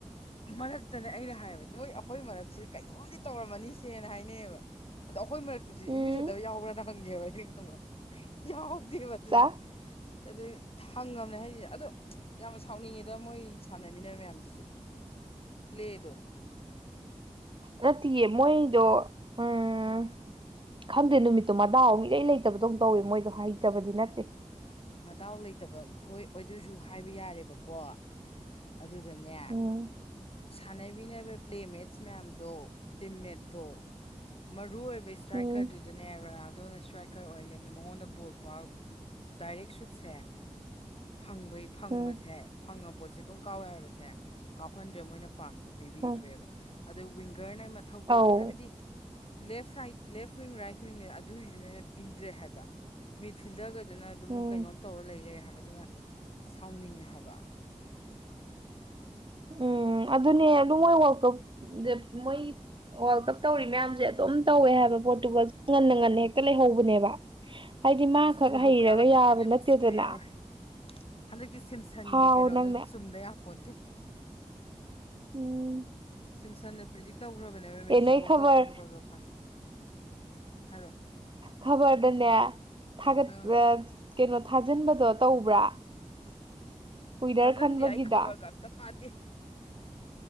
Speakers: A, on the left; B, on the right.
A: ꯃꯔꯛꯇꯅꯦ ꯑꯩꯅ ꯍꯥꯏꯕ ꯅꯣꯏ ꯑꯩꯈꯣꯏ ꯃꯔꯛꯁꯤꯗ ꯀꯩꯅꯣꯝꯗꯤ ꯇꯧꯔꯝꯃꯅꯤꯁꯦꯅ ꯍꯥꯏꯅꯩꯑꯕ ꯑꯗꯣ ꯑꯩꯈꯣꯏ ꯃꯔꯛꯇꯗꯤ
B: ꯎꯝ
A: ꯏꯟꯕꯤꯖꯗꯕ ꯌꯥꯎꯕ꯭ꯔꯅ ꯈꯪꯉꯦꯕ ꯑꯩꯩꯅ ꯈꯪꯕ ꯌꯥꯎ ꯕ ꯑꯗꯨ
B: ꯆꯥ
A: ꯑꯗꯨ ꯍꯪꯉꯕꯅꯦ ꯍꯥꯏꯁꯦ ꯑꯗꯣ ꯌꯥꯝꯅ ꯁꯥꯎꯅꯤꯡꯉꯦꯗ ꯃꯣꯏ ꯁꯥꯟꯅꯃꯤꯟꯅꯕ ꯃꯌꯥꯝꯗꯨꯁꯨ ꯄ꯭ꯂꯦꯗ
B: ꯅꯠꯇꯦꯌꯦ ꯃꯣꯏꯗꯣ ꯎꯝ ꯈꯪꯗꯦ ꯅꯨꯃꯤꯠꯇꯨ ꯃꯗꯥ ꯑꯃꯨꯛꯂꯩ ꯂꯩꯇꯕꯗꯧ ꯇꯧꯋꯦ ꯃꯣꯏꯗꯣ ꯍꯩꯇꯕꯗꯤ ꯅꯠꯇꯦ
A: ꯃꯗꯥꯎ ꯂꯩꯇꯕ ꯈꯣꯏ ꯑꯗꯨꯁꯨ ꯍꯥꯏꯕ ꯌꯥꯔꯦꯕꯀꯣ꯫ ꯑꯗꯨꯗꯅꯦ꯫
B: ꯎꯝ
A: ꯁꯥꯟꯅꯕꯤꯅꯕ ꯄ꯭ꯂꯦꯃꯦꯠꯁ ꯃꯌꯥꯝꯗꯣ ꯇꯤꯝꯃꯦꯠꯇꯣ ꯃꯔꯨ ꯑꯣꯏꯕ ꯏꯁꯇ꯭ꯔꯥꯏꯀꯔꯗꯨꯗꯅꯦ
B: ꯎꯝ
A: ꯔ ꯑꯗꯨꯣꯅ ꯏꯁꯇ꯭ꯔꯥꯏꯀꯔ ꯑꯣꯏꯅ ꯂꯦꯝꯅꯤ ꯃꯉꯣꯟꯗ ꯕꯣꯜ ꯄꯥ ꯗꯥꯏꯔꯦꯛ ꯁꯨꯠꯁꯦ ꯐꯪꯕꯩ ꯐꯪꯕꯁꯦ
B: ꯎꯝ
A: ꯐꯪꯉ ꯄꯣꯠꯁꯦ ꯑꯗꯨꯝ ꯀꯥꯎꯋꯦ ꯍꯥꯏꯕꯁꯦ ꯀꯥꯎꯍꯟꯗ꯭ꯔꯦ ꯃꯣꯏꯅ ꯄꯥꯁꯇꯣ ꯄꯤꯕꯤꯗ꯭ꯔꯦꯕ
B: ꯎꯝ
A: ꯑꯗꯋꯤꯡ ꯒꯔꯅ ꯃꯊꯧ ꯇꯧꯗ꯭ꯔꯦ
B: ꯑꯧ
A: ꯍꯥꯏꯕꯗꯤ left right left wing right ꯋꯤꯡꯅꯦ ꯑꯗꯨꯏꯗꯨꯅꯦꯅ ꯄꯤꯗ꯭ꯔꯦ ꯍꯥꯏꯕ ꯃꯤꯠ ꯐꯤꯜꯗꯔꯒꯗꯨꯅ ꯑꯗꯨꯝ
B: ꯎꯝ
A: ꯀꯩꯅꯣꯝ ꯇꯧꯔꯒ ꯂꯩꯔꯦ ꯍꯥꯏꯕꯗꯨꯅ ꯁꯥꯎꯅꯤꯡꯉꯩ ꯍꯥꯏꯕ
B: ꯎꯝ ꯑꯗꯨꯅꯦ ꯑꯗꯨꯝ ꯃꯣꯏ ꯋꯥꯔꯜ ꯀꯞ ꯃꯣꯏ ꯋꯥꯔꯜ ꯀꯞ ꯇꯧꯔꯤ ꯃꯌꯥꯝꯁꯦ ꯑꯗꯨꯝ ꯇꯧꯋꯦ ꯍꯥꯏꯕ ꯄꯣꯔꯇꯨꯒꯜ ꯉꯟꯅ ꯉꯟꯅ ꯍꯦꯛꯇ ꯂꯩꯍꯧꯕꯅꯦꯕ ꯍꯥꯏꯗꯤ ꯃꯥꯈꯛ
A: ꯑꯁ ꯂꯩꯍꯧꯕ
B: ꯍꯩꯔꯒ
A: ꯌꯥꯎꯔꯣꯏ ꯍꯟꯗꯛꯇꯤ
B: ꯌꯥꯕ
A: ꯂꯩꯍꯧꯕ
B: ꯅꯠꯇꯦꯗꯅ
A: ꯁꯨꯌꯥ ꯌꯥꯔꯣꯏ ꯍꯟꯗꯛꯇꯤ ꯁꯤꯝꯁꯟꯒꯤ
B: ꯐꯥꯎ
A: ꯀꯩꯅꯣꯗ
B: ꯅꯪꯅ
A: ꯆꯨꯝꯗ ꯌꯥꯄꯣ <unintelligible>
B: ꯎꯝ
A: ꯁꯤꯝꯁꯟꯅ ꯄ꯭ꯔꯖꯤ ꯇꯧꯈ꯭ꯔꯕꯅꯦꯕ ꯃꯦꯛꯁꯤꯀꯣꯒ
B: ꯑꯦ ꯅꯣꯏ ꯈꯕꯔ
A: ꯄꯣꯔꯇꯨꯒꯜꯒ ꯐꯥꯏ ꯍꯥꯏꯔꯣ
B: ꯈꯕꯔꯗꯅꯦ ꯊ
A: ꯑꯥ
B: ꯀꯩꯅꯣ ꯊꯥꯖꯤꯟꯕꯗꯣ ꯇꯧꯕ꯭ꯔꯥ ꯀꯨꯏꯅꯔ
A: ꯊꯥꯖꯟꯗꯦ
B: ꯈꯟꯕꯒꯤꯗ
A: ꯑꯩ ꯈꯕꯔꯒ ꯑꯝꯇ ꯄꯥꯗꯦ